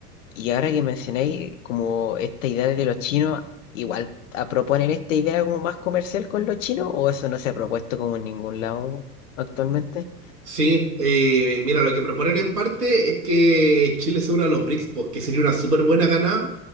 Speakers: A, on the left; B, on the right.
A: y ahora que mencionáis como esta idea de los chinos, igual a proponer esta idea como más comercial con los chinos, o eso no se ha propuesto como en ningún lado actualmente.
B: Sí, eh, mira, lo que proponen en parte es que Chile se una a los BRICS, pues, que sería una súper buena ganada